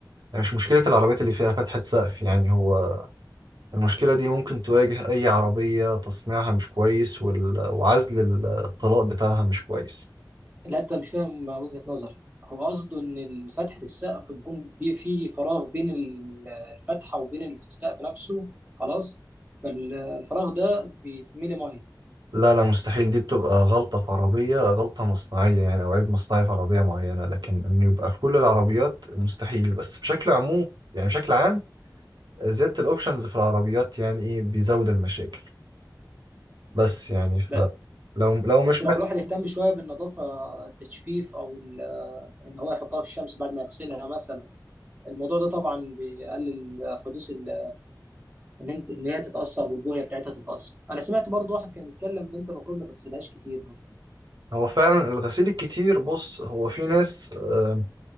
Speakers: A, on the right; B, on the right.
A: مش مشكلة العربيات اللي فيها فتحة سقف يعني هو المشكلة دي ممكن تواجه أي عربية تصنيعها مش كويس وال... وعزل الطلاء بتاعها مش كويس
B: لا انت مش فاهم وجهة نظري هو قصده ان ال- فتحة السقف بيكون بي- في فراغ بين ال- الفتحة وبين السقف نفسه خلاص فالفراغ ده بيتملي ميه
A: لا لا مستحيل دي بتبقى غلطة في عربية غلطة مصنعية يعني أو عيب مصنعي في عربية معينة لكن إنه يبقى في كل العربيات مستحيل بس بشكل عموم يعني بشكل عام زيادة الأوبشنز في العربيات يعني إيه بيزود المشاكل بس يعني ف
B: بس
A: لو لو مش
B: بس لو
A: محتاج
B: الواحد اهتم شوية بالنظافة التجفيف او ال- ان هو يحطها في الشمس بعد ما يغسلها مثلا الموضوع ده طبعا بيقلل حدوث ال- ان انت ان هي تتأثر والبوية بتاعتها تتأثر انا سمعت برضو واحد كان بيتكلم ان انت المفروض ما تغسلهاش كتير
A: هو فعلا الغسيل الكتير بص هو في ناس آه،